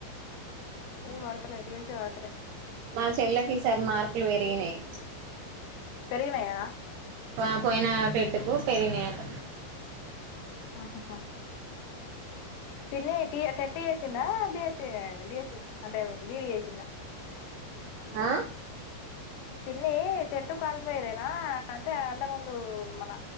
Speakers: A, on the right; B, on the left.
A: ఆ
B: ఏ పడుతలే డీఎస్సీ పడుతలే
A: మా చెల్లకి ఈసారి మార్కులు పెరిగినాయి
B: పెరిగినయా
A: ఆ పోయిన టేట్టుకు పెరిగి న్నాయి అంట
B: ఆహాహా పిన్ని టి టెట్ చేసిందా బిఎస్సీ డీఎస్సీ అంటే బీఈడీ చేసిందా
A: ఆ
B: పిన్ని టెట్టు క్వాలిఫైయేదేనా అంటే అంత ముందు మన